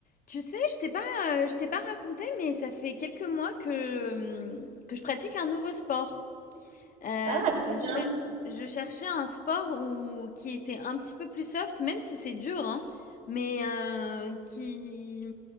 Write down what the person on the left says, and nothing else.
Tu sais, je t'ai pas, euh, je t'ai pas raconté, mais ça fait quelques mois que, hum, que je pratique un nouveau sport. Euh,
je,
cher- je cherchais un sport où, qui était un petit peu plus soft, même si c'est dur, hein, mais euh, qui,